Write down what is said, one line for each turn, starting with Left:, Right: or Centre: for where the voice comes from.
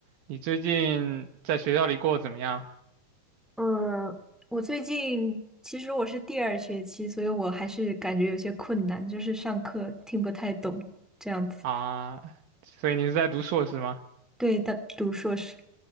Right: 你最近在学校里过得怎么样
Centre: 嗯，我最近其实我是第二学期，所以我还是感觉有些困难，就是上课听不太懂这样子。
Right: 啊？所以你是在读硕士吗？
Centre: 对的，读硕士，